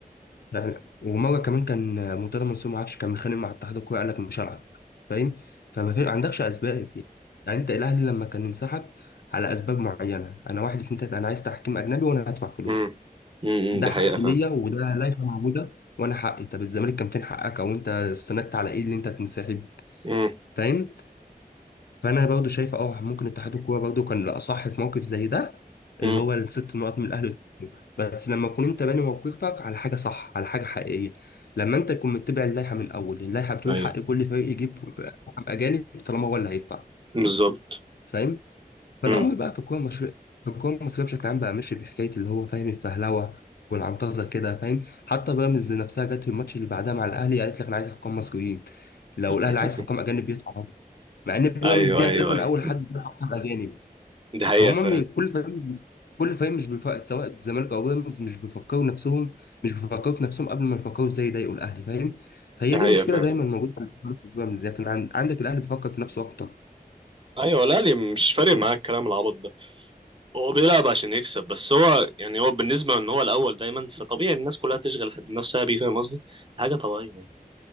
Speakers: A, on the left; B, on the right.
A: يعني ومره كمان كان مرتضى منصور ما اعرفش كان متخانق مع اتحاد الكوره قال لك مش هلعب فاهم فما في- ما عندكش اسباب يعني يعني انت الاهلي لما كان انسحب على اسباب معينه انا واحد اتنين تلاته انا عايز تحكيم اجنبي وانا هدفع فلوسه
B: امم امم
A: ده
B: دي
A: حقي
B: حقيقة فعلا
A: ليا وده لائحه موجوده وانا حقي طب الزمالك كان فين حقك او انت استندت على ايه اللي انت تنسحب
B: امم
A: فاهم فانا برضه شايف اه ممكن اتحاد الكوره برضه كان الاصح في موقف زي ده اللي
B: امم
A: هو الست نقط من الاهلي والزمالك. بس لما تكون انت باني موقفك على حاجه صح على حاجه حقيقيه لما انت تكون متبع اللائحه من الاول اللائحه بتقول
B: ايوه
A: حق كل فريق يجيب حكام اجانب طالما هو اللي هيدفع
B: بالظبط
A: فاهم فالامر
B: امم
A: بقى في الكوره المصريه في الكوره المصريه بشكل عام بقى ماشي بحكايه اللي هو فاهم الفهلوه والعنطزه كده فاهم حتى بيراميدز نفسها جت في الماتش اللي بعدها مع الاهلي قالت لك انا عايز حكام مصريين لو
B: <laughs>
A: الاهلي عايز حكام اجانب يدفع مع ان بيراميدز
B: ايوه
A: دي
B: ايوه
A: اساسا
B: ايوه
A: اول حد بيحقق اجانب
B: دي حقيقة
A: فهم
B: فعلا
A: بي- كل فريق كل فريق مش بيفق... سواء الزمالك او بيراميدز مش بيفكروا نفسهم مش بيفكروا في نفسهم قبل ما يفكروا ازاي يضايقوا الاهلي فاهم فهي
B: دي
A: دي
B: حقيقة
A: مشكله
B: فعلا
A: دايما موجوده في بيراميدز لكن عن... عندك الاهلي بيفكر في نفسه اكتر
B: ايوه لا لي مش فارق معاه الكلام العبط ده هو بيلعب عشان يكسب بس هو يعني هو بالنسبة ان هو الاول دايما فطبيعي الناس كلها تشغل نفسها بيه فاهم قصدي حاجة طبيعية يعني